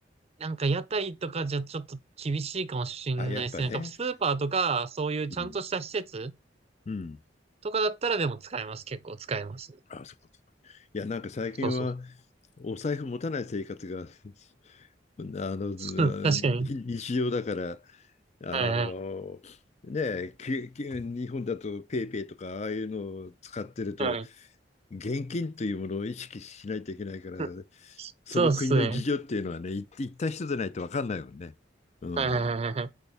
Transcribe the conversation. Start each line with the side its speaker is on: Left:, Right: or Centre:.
Right: なんか屋台とかじゃちょっと厳しいかもしれないですね。
Left: あ、やっぱね。
Right: なんかスーパーとか、そういうちゃんとした施設
Left: うん。うん。
Right: とかだったらでも使えます。結構使えますね。
Left: あ、そうか。いや、なんか最近は、
Right: そうそう。
Left: お財布持たない生活が、<laughs> あの、ず日常だから、
Right: <laughs> うん確かに。
Left: あの、
Right: はいは
Left: ねえ、きき日本だとペイペイとかああいうのを使ってると、
Right: いはい。
Left: 現金というものを意識しないといけないから、
Right: うん
Left: その国の事情っていうのはね、
Right: そうっすね。
Left: 行行った人でないと分かんないもんね。うん。
Right: はいはいはいはい。